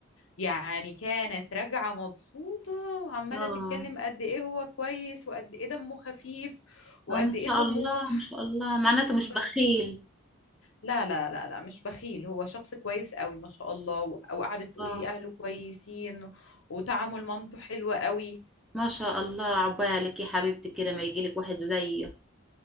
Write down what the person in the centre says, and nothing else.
اه
اه ما
شاء
الله ما شاء الله معناته
مش بخيل
اه
ما شاء الله عبالك يا حبيبتي كده ما يجيلك واحد زيه